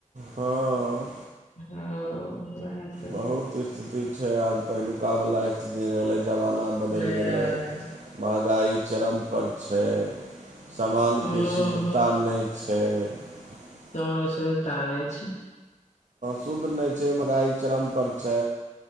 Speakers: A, on the right (about 65°); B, on the left (about 60°).
A: हँ
B: हँ उएह तऽ
A: बहुत स्थिति छै आब पहिलुका वलाा स् जे भेलला जमाना बदलि
B: नहि
A: गेलै
B: रहलै
A: महगाइ चरम पर छै सानके
B: हूँ
A: शुद्धता नहि छै त
B: तर सुध त नहि छै
A: शुद्ध नहि छै महगाइ चरमपर छै